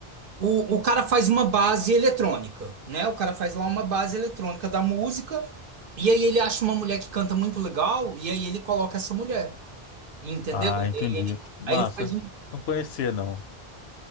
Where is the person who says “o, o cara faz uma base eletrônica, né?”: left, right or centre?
Right